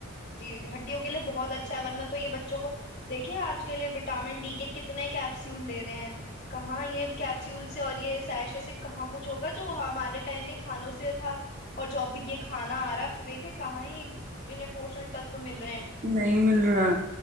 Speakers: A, on the left; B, on the right.
A: جی ہڈی ہو کےی لیے بہت اچھا اچھا ورننا تو یہ بچوں کو دیکھیے آج کل یہ وٹامن ڈی کے کتنے کیپسول لے رہے ہیں کہاں یہ کیپسول سے اور یہ سیشے سے کہاں کچھ ہوگا جو ہمارے ٹائم کے کھانوں سے تھا اور جو اب یہ کھانا آ رہا ہے دیکھے کہاں ہی انیں پوشن مل رہے ہیں
B: نہیں مل رہا